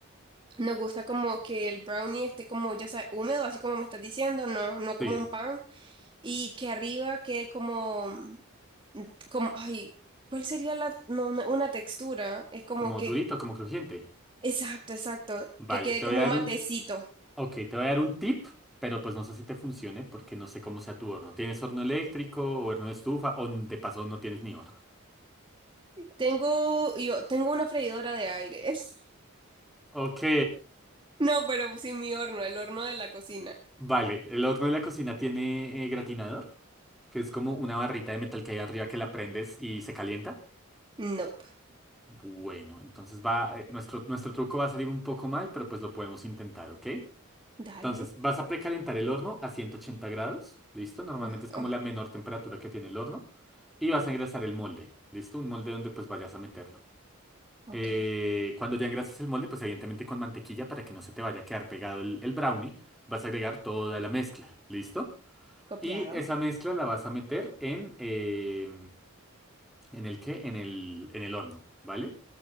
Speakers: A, on the right; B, in the centre.
A: nos gusta como que el brownie esté como, ya sabes, húmedo, así como me estás diciendo, no, no como
B: Sí,
A: un pan. Y que arriba quede como, como, ay, ¿cuál sería la, no, no, una textura? Es como
B: como
A: que,
B: durito, como crujiente.
A: exacto, exacto,
B: Vale,
A: que quede
B: te
A: como
B: voy a dar
A: matecito.
B: un Ok, te voy a dar un tip, pero pues no sé si te funcione porque no sé cómo sea tu horno. ¿Tienes horno eléctrico o horno de estufa o de paso no tienes ni horno?
A: Tengo, yo tengo una freidora de aire. <laughs>
B: Ok,
A: No, pero sí mi horno, el horno de la cocina.
B: vale. El horno de la cocina tiene eh, gratinador, que es como una barrita de metal que hay arriba que la prendes y se calienta.
A: Nope.
B: Bueno, entonces va, eh, nuestro, nuestro truco va a salir un poco mal, pero pues lo podemos intentar, ¿ok?
A: Dale.
B: Entonces, vas a precalentar el horno a 180 grados, ¿listo? Normalmente
A: Oh,
B: es como
A: oh,
B: la menor temperatura que tiene el horno. Y vas a engrasar el molde, ¿listo? Un molde donde pues vayas a meterlo.
A: ok.
B: Eh, cuando ya engrases el molde, pues evidentemente con mantequilla para que no se te vaya a quedar pegado el, el brownie, vas a agregar toda la mezcla, ¿listo?
A: Copiado.
B: Y esa mezcla la vas a meter en... eh, ¿en el qué? En el, en el horno, ¿vale?